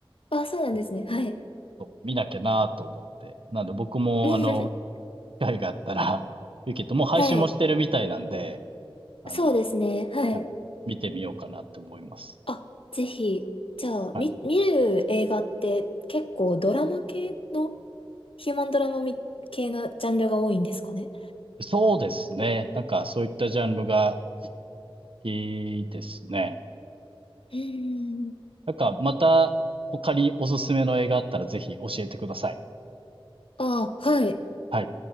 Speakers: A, on the left (about 70°); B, on the right (about 65°).
A: あ、そうなんですね。
B: そう
A: はい。
B: そう見なきゃなーと思って。なんで僕もあの、
A: <laughs>
B: 機会があったら、<laughs> ウィキッドもう配信もしてるみたいなんで、
A: はい。
B: あの、
A: そうですね。はい。
B: はい、見てみようかなって思います。
A: あ、ぜひ。じゃあ、
B: はい。
A: み、見る映画って結構ドラマ系の、ヒューマンドラマみ系のジャンルが多いんですかね。
B: そうですね。なんかそういったジャンルがいいですね。
A: うーん。
B: なんか、また他におすすめの映画あったらぜひ教えてください。
A: あ、はい。
B: はい。